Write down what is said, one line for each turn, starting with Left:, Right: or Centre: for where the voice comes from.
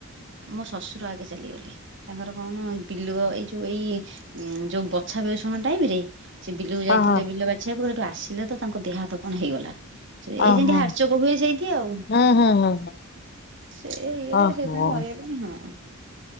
Right: ମୋ ଶ୍ୱଶୁର ଆଗେ ଚାଲିଗଲି ତାଙ୍କର କଣ ବିଲ ଏଇ ଯୋଉ ଉଁ ଏଇ ଯୋଉ ବଛା ବେଷଣ ଟାଇମରେ ସେ ବିଲକୁ ଯାଇଥିଲେ
Left: ହଁ ହଁ
Right: ବିଲ ବାଛିବାକୁ ସେଇଠୁ ଆସିଲେ ତ ତାଙ୍କ ଦେହ ହାତ କଣ ହେଇଗଲା। ସେ ଏଇ
Left: ଓହୋ।
Right: ଯେମତି ହାରଚକ ହୁଏ ସେଇଠି ଆଉ।
Left: ହୁଁ ହୁଁ ହୁଁ ହୁଁ
Right: ସେ ଇଏ ରେ
Left: ଓହୋ
Right: ସେଇଦିନ ମରିଗଲେଣିି ହଁ।